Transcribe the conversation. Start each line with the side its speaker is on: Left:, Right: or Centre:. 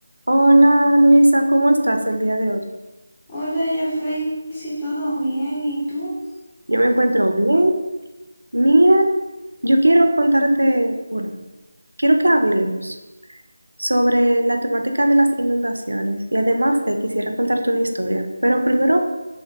Right: Hola Luisa, ¿cómo estás el día de hoy?
Left: Hola, Jeffrey, si todo bien, ¿y tú?
Right: Yo me encuentro bien. Mira, yo quiero contarte, bueno, quiero que hablemos sobre la temática de las inundaciones y además te quisiera contarte una historia, pero primero